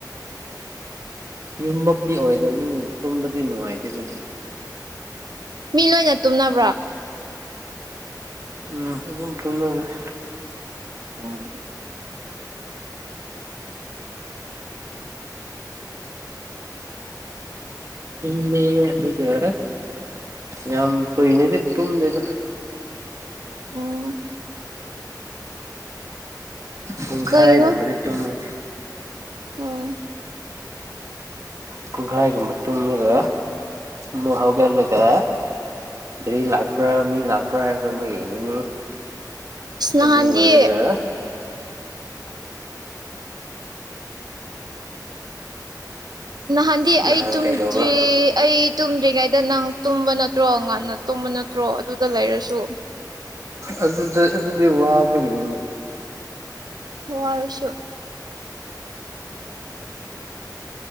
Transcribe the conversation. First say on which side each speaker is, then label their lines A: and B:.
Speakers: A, on the right; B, on the right.
A: ꯌꯨꯝꯃꯛꯇꯤ ꯑꯣꯏꯗꯕꯅꯤ ꯇꯨꯝꯕꯗꯤ ꯅꯨꯡꯉꯥꯏꯇꯦꯗꯅꯤ
B: ꯃꯤ ꯂꯣꯏꯅ ꯇꯨꯝꯅꯕ꯭ꯔꯣ
A: ꯎꯝ ꯑꯗꯨꯝ ꯇꯨꯝꯅꯕꯅ‌ꯦ
B: ꯑꯣ
A: ꯏꯟꯅꯦꯔ <unintelligible> ꯌꯥꯝ ꯀꯨꯏꯅꯗꯤ ꯇꯨꯝꯗ‌ꯦꯗ
B: ꯑꯣ
A: ꯄꯨꯡ
B: ꯀꯩꯅꯣ
A: ꯈꯥꯏꯒꯨꯝꯕꯗꯤ ꯇꯨꯝꯃꯤ
B: ꯑꯣ
A: ꯄꯨꯡ ꯈꯥꯏꯒꯨꯝꯕ ꯇꯨꯝꯃꯒꯥ ꯑꯃꯨꯛ ꯍꯧꯒꯠꯂꯒ ꯒꯔꯤ ꯂꯥꯛꯄ꯭ꯔ ꯃꯤ ꯂꯥꯛꯄ꯭ꯔ ꯍꯥꯏꯗꯨ ꯑꯃꯨꯛ ꯌꯦꯡꯉꯅꯤ
B: ꯏꯁ ꯅꯍꯥꯟꯗꯤ
A: ꯑꯗꯨ ꯂꫭꯏꯔꯒꯥ
B: ꯅꯍꯥꯟꯗꯤ
A: ꯅꯍꯥꯟ
B: ꯑꯩ ꯇꯨꯝꯗ꯭ꯔꯤ
A: ꯀꯩꯗꯧꯕ
B: ꯑꯩ ꯇꯨꯝꯗ꯭ꯔꯤꯉꯩꯗ ꯅꯪ ꯇꯨꯝꯕ ꯅꯠꯇ꯭ꯔꯣ ꯉꯅ ꯇꯨꯝꯕ ꯅꯠꯇ꯭ꯔꯣ ꯑꯗꯨꯗ ꯂꯩꯔꯁꯨ
A: ꯑꯗꯨꯗ ꯑꯗꯨꯗꯤ ꯋꯥꯕꯒꯤꯅꯤꯅ‌ꯦ
B: ꯋꯥꯔꯁꯨ